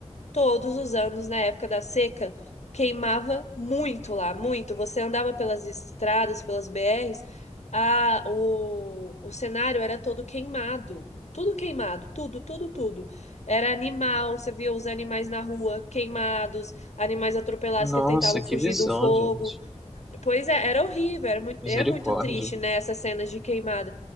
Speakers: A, on the left; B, in the centre.
A: todos os anos, na época da seca, queimava muito lá, muito. Você andava pelas estradas, pelas BRs, a, o, o cenário era todo queimado. Tudo queimado, tudo, tudo, tudo. Era animal, você via os animais na rua queimados, animais atropelados
B: Nossa,
A: que tentavam
B: que
A: fugir
B: visão,
A: do fogo.
B: gente.
A: Pois é, era horrível, era muito,
B: Misericórdia.
A: é muito triste, né, essas cenas de queimada.